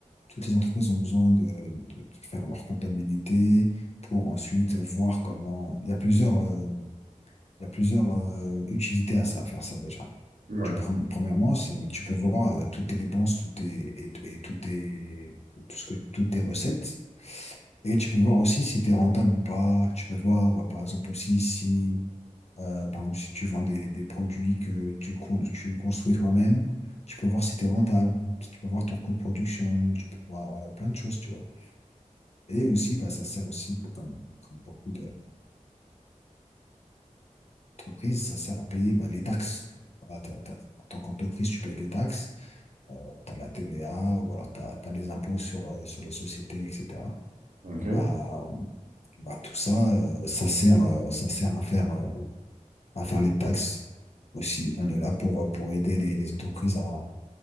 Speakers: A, on the left; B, on the right.
A: Toutes les entreprises ont besoin de, de- de faire leur comptabilité pour ensuite voir comment. Il y a plusieurs, euh, il y a plusieurs euh, utilités à ça, à faire ça déjà.
B: Ouais,
A: Tu- premi- premièrement, c'est tu peux voir euh, toutes tes dépenses, toutes tes, et, et toutes tes, tout ce que, toutes tes recettes. Et tu peux voir aussi si tu es rentable ou pas. Tu peux voir, euh, par exemple, aussi si, euh, par exemple, si tu vends des, des produits que tu, con- tu construis toi-même. Tu peux voir si tu es rentable, tu peux voir ton coût de production, tu peux voir euh, plein de choses, tu vois. Et aussi, bah, ça sert aussi, comme, comme beaucoup d'entreprises, ça sert à payer bah, les taxes. Voilà, t'as- t'as- en tant qu'entreprise, tu payes des taxes, euh, tu as la TVA ou alors tu as, les impôts sur, euh, sur les sociétés, etc.
B: ok.
A: Bah,
B: Ouais,
A: bah, tout ça, euh, ça sert, euh, ça sert à faire, euh, à faire les taxes aussi. On est là pour, euh, pour aider les, les entreprises à,